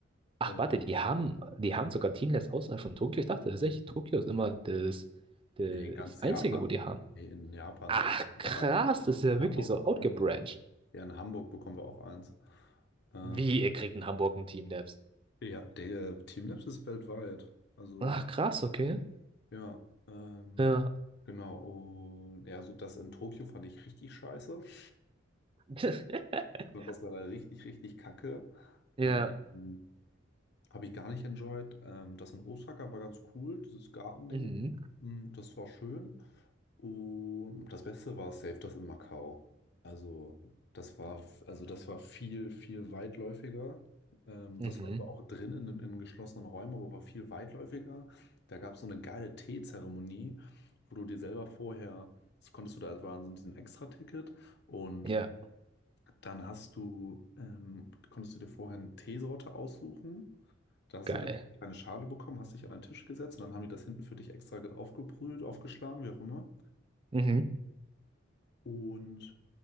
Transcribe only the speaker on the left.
Ähm,
nee, in ganz
Japan.
Nee, in Japan
sind wir
auch ein-
in
Hamburg
bekommen.
In, ja, in Hamburg bekommen wir auch eins. Ähm,
ja, der Teamlabs ist weltweit. Also
ja, ähm,
genau. Und ja, so das in Tokio fand ich richtig scheiße. Ich
fand das leider richtig, richtig kacke.
Ähm, Habe ich gar nicht enjoyed. Ähm, das in Osaka war ganz cool, dieses Gartending.
Mm, Das war schön. Und das Beste war safe das in Macau. Also das war, also das war viel, viel weitläufiger. Ähm,
das war zwar auch drin in, in geschlossenen Räumen, aber war viel weitläufiger. Da gab es so eine geile Teezeremonie, wo du dir selber vorher, das konntest du da, das war so ein Extra-Ticket und
dann hast du, ähm, konntest du dir vorher eine Teesorte aussuchen. Da hast
du dann eine Schale bekommen, hast dich an einen Tisch gesetzt und dann haben die das hinten für dich extra ge- aufgebrüht, aufgeschlagen, wie auch immer.
Und